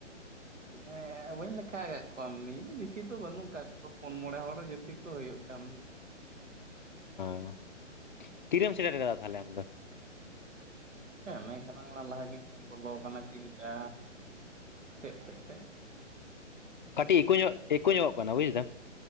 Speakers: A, on the right; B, on the left.
A: ᱦᱮ ᱵᱟᱹᱧ ᱞᱮᱠᱷᱟ ᱠᱟᱜ ᱠᱚᱣᱟ ᱢᱤ ᱵᱮᱥᱤ ᱫᱚ ᱵᱟᱹᱱᱩᱜ ᱠᱟᱜ ᱠᱚ ᱯᱩᱱ ᱢᱚᱬᱮ ᱦᱚᱲ ᱡᱫᱤ ᱠᱩ ᱦᱩᱭᱩᱜ ᱠᱷᱟᱱ᱾
B: ᱟᱸ ᱛᱤᱨᱮᱢ ᱥᱮᱴᱮᱨ ᱠᱟᱫᱟ ᱛᱟᱦᱟᱞᱮ ᱟᱢᱫᱚ?
A: ᱦᱮᱸ ᱢᱮᱱ ᱠᱟᱫᱟᱬᱟ ᱞᱟᱦᱟ ᱜᱤ ᱦᱮᱧ ᱵᱚᱞᱚ ᱟᱠᱟᱱᱟ ᱛᱤᱱᱴᱟ ᱥᱮᱡ ᱥᱮᱡ ᱮ
B: ᱠᱟᱹᱴᱤ ᱤᱠᱳ ᱧᱚᱜ ᱮᱠᱳ ᱧᱚᱜᱚᱜ ᱠᱟᱱᱟ ᱵᱩᱡ ᱫᱟ᱾